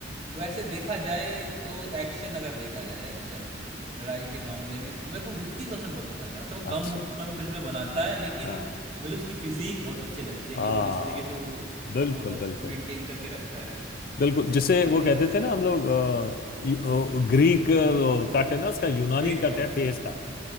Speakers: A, on the right; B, on the left.
A: वैसे देखा जाए तो एक्शन अगर देखा जाए एक्शन लड़ाई के मामले में मेरे को ऋतिक रोशन बहुत पसंद है मतलब वो कम
B: अच्छा
A: कम फिल्में बनाता है लेकिन
B: हाँ
A: मुझे उसकी फिजीक बहुत अच्छी लगती
B: आ
A: है कि वो जिस तरीके से वो
B: बिल्कुल
A: वो
B: बिल्कुल
A: मेंटेन करके रखता है
B: बिल्कुल जिसे
A: ये
B: वो
A: है
B: कहते थे ना हम लोग अ, इ- अ, ग्रीक अ, कट है ना उसका यूनानी
A: Greek
B: कट
A: god
B: है फेस का